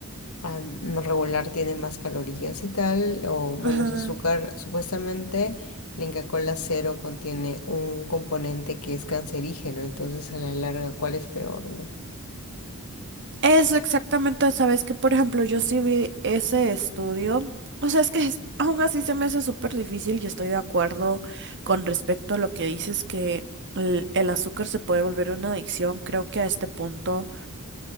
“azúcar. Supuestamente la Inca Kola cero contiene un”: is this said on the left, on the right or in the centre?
Left